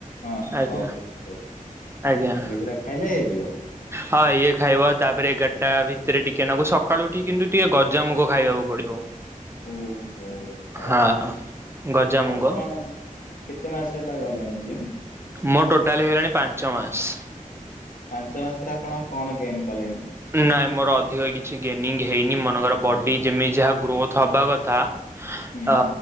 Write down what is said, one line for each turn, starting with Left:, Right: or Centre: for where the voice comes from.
Left: ହଁ ହଁ
Right: ଆଜ୍ଞା
Left: ହଉ ବୁଝି ପାରିଲି।
Right: ଆଜ୍ଞା।
Left: ଏଇଗୁଡା ଖାଇଲେ ହେଇଯିବ।
Right: ହଁ ଇଏ ଖାଇବ ତାପରେ ଏଗାରଟା ଭିତରେ ଟିକେ ନାକୁ ସକାଳୁ ଉଠି କିନ୍ତୁ ଟିକେ ଗଜାମୁଗ ଖାଇବାକୁ ପଡିବ।
Left: ଓହୋ। ଓ ହଉ
Right: ହଁ। ଗଜାମୁଗ
Left: ଆପଣ କେତେ ମାସ ହେଲା ଗଲେଣି ଜିମ୍?
Right: ମୋ ଟୋଟାଲି ହେଇଗଲାଣି ପାଞ୍ଚ ମାସ।
Left: ପାଞ୍ଚ ମାସରେ ଆପଣ କଣ ଗେନ୍ କଲେଣି?
Right: ନାଇଁ ମୋର ଅଧିକ କିଛି ଗେନିଙ୍ଗ ହେଇନି ମନେଙ୍କର ବଡ଼ି ଯେମିତି ଯାହା ଗ୍ରୋଥ୍ ହେବା କଥା ଅ
Left: ହୁଁ